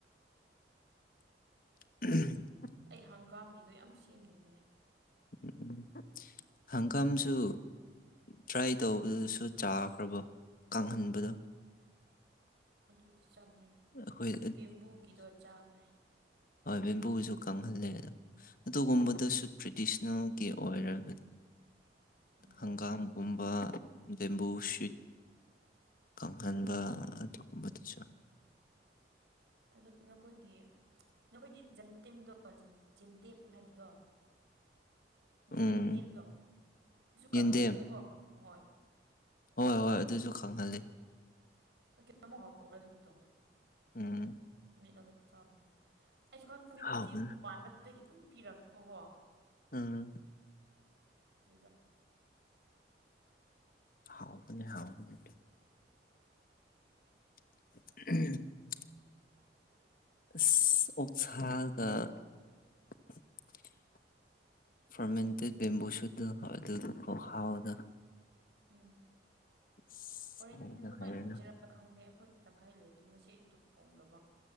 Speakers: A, on the left; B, on the right.
A: <unintelligible>
B: ꯑꯩ ꯍꯪꯒꯥꯝꯒꯤꯗꯣ ꯌꯥꯝ ꯁꯦꯝꯅꯤꯡꯉꯦ
A: ꯎꯝ ꯍꯪꯒꯥꯝꯁꯨ ꯇ꯭ꯔꯥꯏ ꯇꯧꯕꯗꯨꯁꯨ ꯆꯥꯈ꯭ꯔꯕꯣ ꯀꯍꯟꯕꯗꯣ
B: ꯑꯗꯨꯗꯤ ꯆꯥꯗ꯭ꯔꯤ
A: ꯑꯩꯈꯣꯏ
B: ꯑꯗꯨ ꯕꯦꯝꯕꯨꯒꯤꯗꯣ ꯆꯥꯈ꯭ꯔꯦ
A: ꯍꯣꯏ ꯕꯦꯝꯕꯨꯁꯨ ꯀꯪꯍꯜꯂꯦ ꯑꯗꯨꯒꯨꯝꯕꯗꯨꯁꯨ
B: ꯎꯝ
A: ꯇ꯭ꯔꯦꯗꯤꯁꯅꯦꯜꯒꯤ ꯑꯣꯏꯔꯕꯗꯤ
B: ꯎꯝ
A: ꯍꯪꯒꯥꯝꯒꯨꯝ ꯒꯨꯝꯕ ꯕꯦꯝꯕꯨꯁꯤꯠ ꯀꯪꯍꯟꯕ ꯑꯗꯨꯒꯨꯝꯕꯗꯨꯁꯨ
B: ꯎꯝ ꯑꯗꯨ ꯅꯈꯣꯏꯒꯤ ꯅꯈꯣꯏꯗꯤ ꯖꯟꯇꯦꯝꯗꯣ ꯖꯦꯟꯇꯦꯝ ꯍꯥꯏꯕꯗꯣ ꯌꯦꯟꯇꯦꯝꯗꯣ
A: ꯎꯝ
B: ꯀꯪꯍꯥꯜꯂꯦꯀꯣ
A: ꯌꯦꯟꯗꯦꯝ
B: ꯍꯣꯏ
A: ꯍꯣꯏ ꯍꯣꯏ ꯑꯗꯨꯁꯨ ꯀꯪꯍꯜꯂꯤ
B: ꯀꯩꯅꯣꯃꯨꯛ ꯍꯧꯕ꯭ꯔꯥ ꯑꯗꯨꯗꯣ
A: ꯎꯝ
B: ꯃꯤꯠ ꯑꯃ ꯆꯥꯕꯗꯣ ꯑꯩꯁꯨ ꯈꯪꯗꯦ
A: ꯍꯥꯎꯕꯅꯦ
B: ꯏꯆꯦꯗꯣ ꯄꯥꯟꯕꯗꯒꯤ ꯑꯗꯨꯝ ꯄꯤꯔꯛꯄ ꯀꯣ
A: ꯎꯝ
B: <unintelligible>
A: ꯍꯥꯎꯕꯅꯦ ꯍꯥꯎꯕꯅꯦ <inaudible> ꯑꯁ <inaudible>
B: ꯎꯝ
A: ꯑꯁ
B: ꯍꯣꯔꯦꯟ
A: ꯍꯥꯏꯔꯨꯅꯨ
B: ꯑꯗꯨꯃꯥꯏꯅ
A: ꯍꯥꯏꯔꯨꯅꯨ
B: ꯊꯣꯡꯁꯤꯔ ꯈꯪꯗꯦ ꯑꯩꯈꯣꯏ ꯇꯪꯈꯥꯏ ꯂꯩꯔꯗꯤ ꯉꯁꯤ ꯑꯌꯨꯛꯇ ꯊꯣꯡꯗꯕ